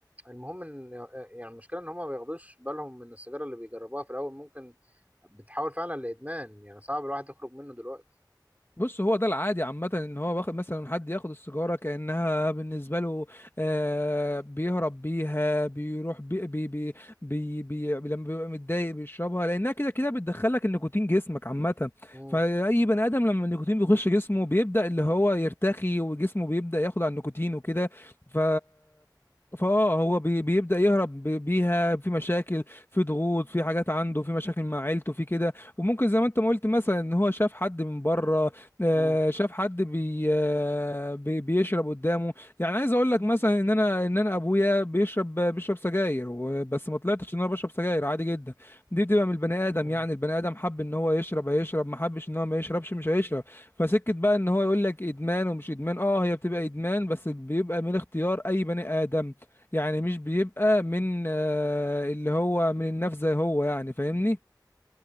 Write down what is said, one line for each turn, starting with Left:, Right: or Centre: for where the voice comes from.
Right: المهم ان يعني المشكلة ان هم ما بياخدوش بالهم من السيجارة اللي بيجربوها في الاول ممكن بتحول فعلا لادمان يعني صعب الواحد يخرج منه دلوقتي
Left: بص هو ده العادي عامة ان هو واخد مثلا حد ياخد السيجارة كأنها بالنسبة له آه بيهرب بيها بيروح بي بي بي بي بي لما بيبقى متضايق بيشربها لأنها كده كده بتدخلك النيكوتين جسمك عامة
Right: مم.
Left: فأي بني آدم لما النيكوتين بيخش جسمه بيبدأ اللي هو يرتخي وجسمه بيبدأ ياخد على النيكوتين وكده ف فاه هو بي بيبدأ يهرب بي- بيها في مشاكل في ضغوط في حاجات عنده في مشاكل مع عيلته في كده وممكن زي ما انت ما قلت مثلا ان هو شاف حد من بره آه،
Right: مم.
Left: شاف حد بي آه، بي- بيشرب قدامه يعني عايز اقول لك مثلا ان انا ان انا ابويا بيشرب بيشرب سجاير و- بس ما طلعتش ان انا بشرب سجاير عادي جدا دي بتبقى من البني ادم
Right: مم.
Left: يعني البني ادم حب ان هو يشرب هيشرب ما حبش ان هو ما يشربش مش هيشرب فسكت بقى ان هو يقول لك ادمان ومش ادمان اه هي بتبقى ادمان بس بيبقى من اختيار اي بني ادم يعني مش بيبقى من آه، اللي هو من النفس زي هو يعني فاهمني